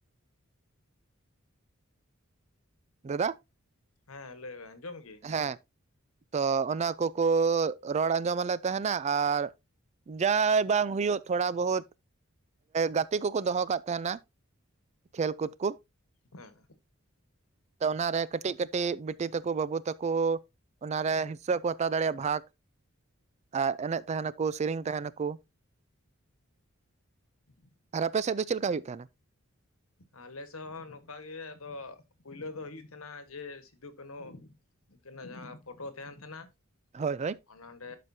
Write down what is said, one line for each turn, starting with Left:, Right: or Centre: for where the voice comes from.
Left: <inaudible>
Right: ᱫᱟᱫᱟ
Left: ᱦᱮᱸ ᱞᱟᱹᱭ ᱢᱮ ᱟᱸᱡᱚᱢ ᱜᱮ᱾
Right: ᱦᱮᱸ ᱛᱚ ᱚᱱᱟ ᱠᱚᱠᱚ ᱨᱚᱲ ᱟᱸᱡᱚᱢ ᱟᱞᱮ ᱛᱟᱦᱮᱱᱟ ᱟᱨ ᱡᱟ ᱵᱟᱝ ᱦᱩᱭᱩᱜ ᱛᱷᱚᱲᱟ ᱵᱚᱦᱩᱛ ᱜᱟᱛᱮ ᱠᱚᱠᱚ ᱫᱚᱦᱚ ᱠᱟᱜ ᱛᱟᱦᱮᱱᱟ᱾ ᱠᱷᱮᱞ ᱠᱩᱫ ᱠᱚ᱾
Left: ᱦᱮᱸ
Right: ᱛᱚ ᱚᱱᱟ ᱨᱮ ᱠᱟᱹᱴᱤᱡ ᱠᱟᱹᱴᱤᱡ ᱵᱤᱴᱤ ᱛᱟᱠᱚ ᱵᱟᱹᱵᱩ ᱛᱟᱠᱚ ᱚᱱᱟ ᱨᱮ ᱦᱤᱸᱥᱟᱹ ᱠᱚ ᱦᱟᱛᱟᱣ ᱫᱟᱲᱮᱜ-ᱟ ᱵᱷᱟᱹᱠ ᱟᱨ ᱮᱱᱮᱡ ᱛᱟᱦᱮᱱᱟᱠᱚ ᱥᱤᱨᱤᱧ ᱛᱟᱦᱮᱱᱟᱠᱚ᱾
Left: <inaudible>
Right: ᱟᱨ ᱟᱯᱮ ᱥᱮᱫ ᱫᱚ ᱪᱮᱫ ᱞᱮᱠᱟ ᱦᱩᱭᱩᱜ ᱛᱟᱦᱮᱱᱟ?
Left: ᱟᱞᱮ ᱥᱮᱫ ᱦᱚᱸ ᱱᱚᱝᱠᱟ ᱜᱮ ᱟᱫᱚ ᱯᱳᱭᱞᱳ ᱫᱚ ᱦᱩᱭᱩᱜ ᱛᱟᱦᱮᱱᱟ ᱡᱮ ᱥᱤᱫᱩ ᱠᱟᱱᱩ ᱩᱝᱠᱤᱱᱟᱜ ᱡᱟᱦᱟᱸ ᱯᱷᱳᱴᱳ ᱛᱟᱦᱮᱱ ᱛᱟᱦᱮᱱᱟ
Right: ᱦᱳᱭ ᱦᱳᱭ
Left: ᱚᱱᱮ ᱚᱸᱰᱮ